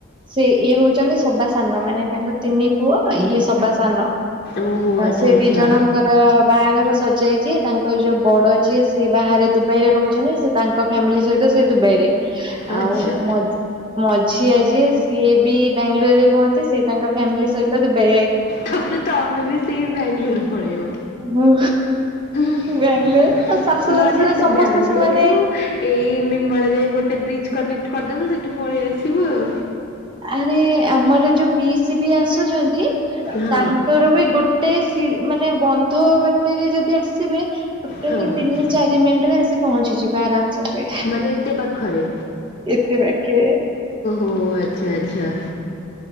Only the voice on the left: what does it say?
ଓହୋ ଆଚ୍ଛା
ଆଚ୍ଛା
ଆଚ୍ଛା
ତାପରେ ତମେ ବି ସେଇ ବେଙ୍ଗଲୋର ପଳେଇବ।
<inaudible>
ନହେଲେ
ସେ
ବାଙ୍ଗଲୋରରୁ
ଏଇ ନେମାଳ ଯାଏ ଗୋଟେ ବ୍ରିଜ କନେକ୍ଟ କରିଦବ। ସେଠୁ ପଳେଇ ଆସିବୁ ଆଉ।
ହଁ
ହଁ
ମାନେ ଏତେ ପାଖରେ
ଓ ଆଚ୍ଛା ଆଛା।